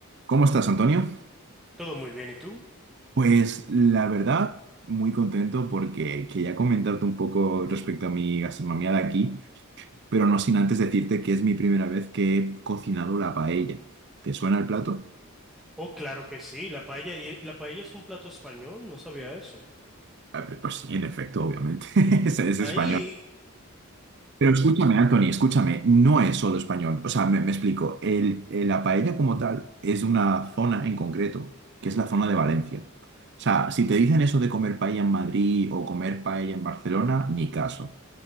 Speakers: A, on the right; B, in the centre.
A: ¿Cómo estás, Antonio?
B: Todo muy bien, ¿y tú?
A: Pues la verdad, muy contento porque quería comentarte un poco respecto a mi gastronomía de aquí, pero no sin antes decirte que es mi primera vez que he cocinado la paella. ¿Te suena el plato?
B: Oh, claro que sí, la paella, y la paella es un plato español, no sabía eso.
A: A ver, Pues sí, en efecto, obviamente. <laughs> Es, es
B: Ahí,
A: español. Pero escúchame, Anthony, escúchame, no es solo español. O sea, me, me explico. El- el- la paella como tal es de una zona en concreto, que es la zona de Valencia. O sea, si te dicen eso de comer paella en Madrid o comer paella en Barcelona, ni caso.